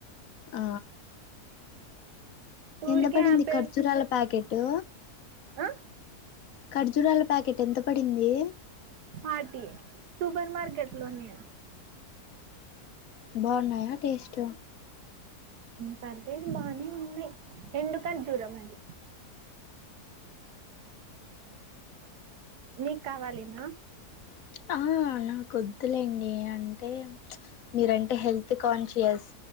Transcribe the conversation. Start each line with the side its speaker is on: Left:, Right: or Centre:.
Left: ఆ కింద
Right: ఊరికే
Left: పడింది
Right: ఆపిల్
Left: ఖర్జూరాల ప్యాకెట్టు
Right: ఆ
Left: ఖర్జూరాల ప్యాకెట్ ఎంత పడింది
Right: పార్టీ సుపర్ మార్కెట్ లోని
Left: బాగున్నాయా టెస్ట్
Right: పర్లేదు బానే ఉన్నాయి ఎండు ఖర్జూరం మారి నీకు కావాలినా
Left: ఆ నాకొద్దులేండి అంటే మీరంటే హెల్త్ కాన్షియస్